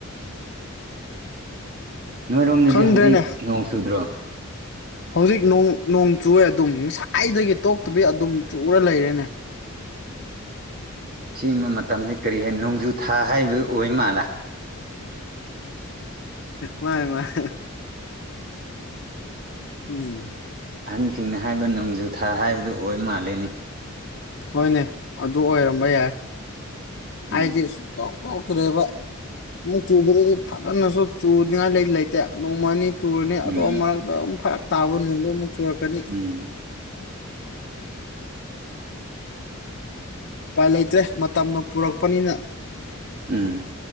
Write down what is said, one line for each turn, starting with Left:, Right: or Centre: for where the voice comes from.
Right: ꯅꯣꯏꯔꯣꯝꯗꯗꯤ
Left: ꯈꯪꯗ꯭ꯔꯦꯅꯦ
Right: ꯍꯟꯖꯤꯛ ꯅꯣꯡ ꯆꯨꯗ꯭ꯔꯣ
Left: ꯍꯧꯖꯤꯛ ꯅꫭꯡ ꯅꯣꯡ ꯆꯨꯨꯋ‌ꯦ ꯑꯗꯨꯝ ꯉꯁꯥꯏꯗꯒꯤ ꯇꯣꯛꯇꯕꯤ ꯑꯗꯨꯝ ꯆꯨꯔ ꯂꯩꯔꯦꯅꯦ
Right: ꯆꯤꯝꯕ ꯃꯇꯝꯖꯦ ꯀꯔꯤ ꯍꯥꯏ ꯅꯣꯡꯖꯨ ꯊꯥ ꯍꯥꯏꯕ ꯑꯣꯏ ꯃꯥꯜꯂ‌ꯦ
Left: ꯃꯥꯅꯦ ꯃꯥꯥꯏ ꯎꯝ
Right: ꯑꯍꯟꯁꯤꯡꯅ ꯍꯥꯏꯕ ꯅꯣꯡꯖꯨ ꯊꯥ ꯍꯥꯏꯕꯗꯨ ꯑꯣꯏ ꯃꯥꯜꯂ‌ꯦꯅ‌ꯦ
Left: ꯍꯣꯏꯅꯦ ꯑꯗꯨ ꯑꯣꯏꯔꯝꯕ ꯌꯥꯏ ꯍꯥꯏꯗꯤ
Right: ꯎꯝ
Left: ꯁꯨꯡꯇꯣꯛ ꯇꯣꯛꯇ꯭ꯔꯦꯕ ꯑꯃꯨꯛ ꯆꯨꯕꯗꯗꯤ ꯐꯖꯅꯁꯨ ꯆꯨꯔꯤꯉꯥꯏ ꯂꯩ ꯂꯩꯇꯦ ꯅꯣꯡꯃ‌ꯑꯅꯤ ꯆꯨꯔꯅꯤ
Right: ꯎꯝ
Left: ꯑꯗꯣꯝ ꯃꯔꯛꯇꯥ ꯑꯃꯨꯛ ꯐꯔꯛ ꯇꯥꯕ ꯅꯣꯡꯖꯨ ꯑꯃꯨꯛ ꯆꯨꯔꯛꯀꯥꯅꯤ
Right: ꯎꯝ
Left: ꯎꯄꯥꯏ ꯂꯩꯇ꯭ꯔꯦ ꯃꯇꯝꯅ ꯄꯨꯔꯛꯄꯅꯤꯅ
Right: ꯎꯝ